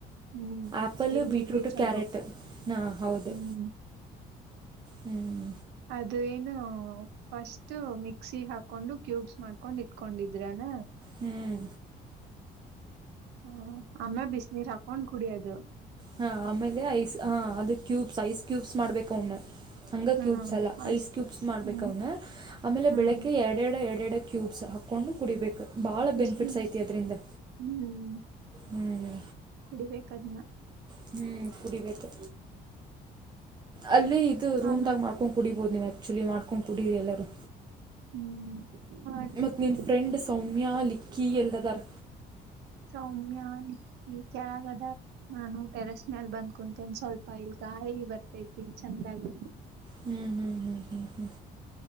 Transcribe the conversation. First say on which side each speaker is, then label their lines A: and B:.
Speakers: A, on the right; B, on the right.
A: ಹ್ಮ್
B: ಆಪಲ್
A: ಸ್ಕಿನ್ನಿಗೆ
B: ಬೀಟ್ರೂಟ್
A: ಚಲೋ
B: ಕ್ಯಾರೆಟ್ ಹಾ ಹೌದು
A: ಹ್ಮ್
B: ಹ್ಮ್
A: ಅದು ಏನು ಫಸ್ಟ್ ಮಿಕ್ಸಿ ಹಾಕೊಂಡು ಕ್ಯೂಬ್ಸ್ ಮಾಡ್ಕೊಂಡ್ ಇಟ್ಕೊಂಡಿದ್ರಲ್ಲ
B: ಹ್ಮ್
A: ಹ ಅಮ್ಮೆ ಬಿಸ ನೀರ್ ಹಾಕೊಂಡ್ ಕುಡಿಯದು
B: ಹಾ ಆಮೇಲೆ ಐಸ್ ಹಾ ಅದು ಕ್ಯೂಬ್ಸ್ ಐಸ್ ಕ್ಯೂಬ್ಸ್ ಮಾಡ್ಬೇಕ ಅವನ್ನ ಹಂಗ
A: ಹಾ
B: ಕ್ಯೂಬ್ಸ್ ಅಲ್ಲ
A: ಆಯ್ಸ್
B: ಐಸ್ ಕ್ಯೂಬ್ಸ್ ಮಾಡ್ಬೇಕು
A: ಹ್ಮ್
B: ಅವನ ಆಮೇಲೆ
A: ಹ್ಮ್
B: ಬೆಳಿಗ್ಗೆ ಎರಡೆ ಎರಡ ಎರಡೆಡ ಕ್ಯೂಬ್ಸ್ ಹಾಕ್ಕೊಂಡು ಕುಡಿಬೇಕು ಭಾಳ
A: ಬಿಸಿನೀರ
B: ಬೆನಿಫಿಟ್ಸ್ ಐತಿ ಅದರಿಂದ
A: ಹ್ಮ್
B: ಹ್ಮ್
A: ಕುಡಿಬೇಕದ್ನ್
B: ಹ್ಮ್ ಕುಡಿಬೇಕು ಅಲ್ಲ ಇದು ರೂಮ್ದಾಗ
A: ಆಮ
B: ಮಾಡ್ಕೊಂಡ್ ಕುಡಿಬೋದು ನೀವ್ತ್ ಚುಲಿ ಮಾಡ್ಕೊಂಡ್ ಕುೂಡರಿ ಎಲ್ಲರೂ
A: ಹ್ಮ್ ಮಾಡ್ಬೇಕು
B: ಮತ್ತ ನೀನ್ ಫ್ರೆಂಡ್ ಸೌಮ್ಯ ಲಿಕ್ಕಿ ಎಲ್ಲದರ್
A: ಸೌಮ್ಯ ಲಿಕ್ಕಿ ಕೆಳಗದಾರ್ ನಾನು ಟೆರಸ್ ಮೇಲ್ ಬಂದ್ ಕುಂತೇನೆ ಸ್ವಲ್ಪ ಇಲ್ ಗಾಯಿ ಬರ್ತೈತಿ ಚಂದಗ
B: ಹ್ಮ್ ಹ್ಮ್ ಹ್ಮ ಹ್ಮ ಹ